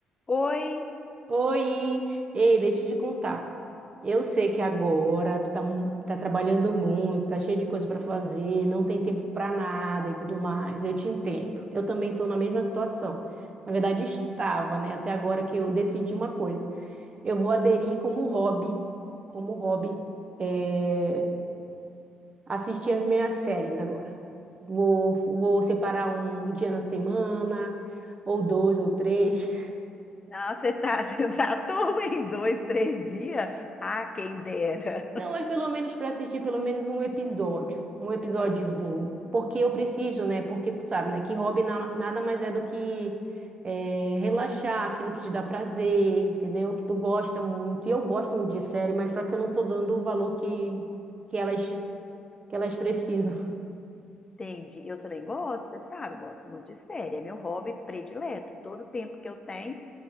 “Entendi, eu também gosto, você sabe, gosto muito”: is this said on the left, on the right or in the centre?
Left